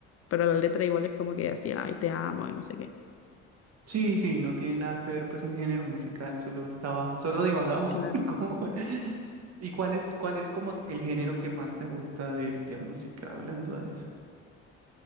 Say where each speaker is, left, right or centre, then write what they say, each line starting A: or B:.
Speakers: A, on the left (about 45°); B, on the right (about 50°).
A: pero la letra igual es como que así, ay, te amo y no sé qué.
B: Sí, sí, no tiene nada que ver pues el género musical, solo estaba, solo divagaba.
A: Claro.
B: <laughs> como- ¿Y cuál es, cuál es como el género que más te gusta de, de música, hablando de eso?